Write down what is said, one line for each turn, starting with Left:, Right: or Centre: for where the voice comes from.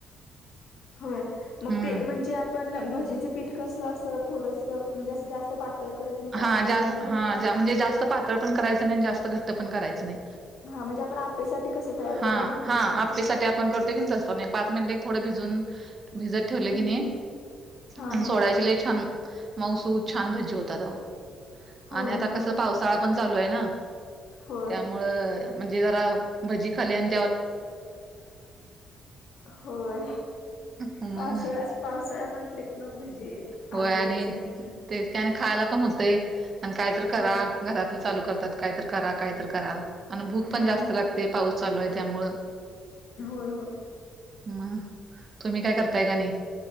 Left: होय, मग
Right: हम्म
Left: ते म्हणजे आप पण भजीचं पीठ कसं असं थोडस म्हणजे, असं जास्त पातळ करत नाही, त्या
Right: हा
Left: पद्धतीने
Right: जा
Left: घ्यायचं
Right: हा
Left: ना.
Right: म्हणजे जास्त पातळ पण कयचं नाही, आणि जास्त घट्ट पण करायच नाही.
Left: हा म्हणजे आपण आपेसाठी कसं तयार
Right: हा
Left: करून ठेवतोय
Right: हा,
Left: त्या
Right: आप्पे
Left: पद्धतीने
Right: साठी आपण करतो की, तस पण पाच मिनिटे थोड भिजवून भिजत ठेवले की
Left: हम्म
Right: नि,
Left: हा
Right: आणि
Left: हा
Right: सोडायच लय छान मऊसुद छान भजी होतात, आवो.
Left: होय
Right: आणि आता
Left: हा
Right: कसं
Left: हा
Right: पावसाळा पण चालू आहे ना,
Left: होय
Right: त्यामुळं मुळे म्हणजे जरा भजी खाल्ल्याने
Left: होय,
Right: मग
Left: पावसाळा असं पावसाळा म्हटलं की, मग भजी
Right: होय
Left: आवडते
Right: आणि
Left: सगळ्यांना.
Right: तेच कि आणि खायला पण होतय. काय तर करा
Left: हो
Right: घरातली चालू करतात काय तर, करा काय तर करा. आणि भूक पण
Left: हा
Right: जास्त
Left: हा
Right: लागते, पाऊस चालू आहे त्यामुळं.
Left: होय होय.
Right: मग तुम्ही काय करताय का नाही?